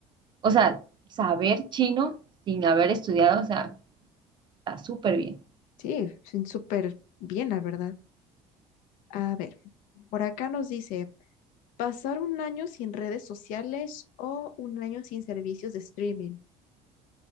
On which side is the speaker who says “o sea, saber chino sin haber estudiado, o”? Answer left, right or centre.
Right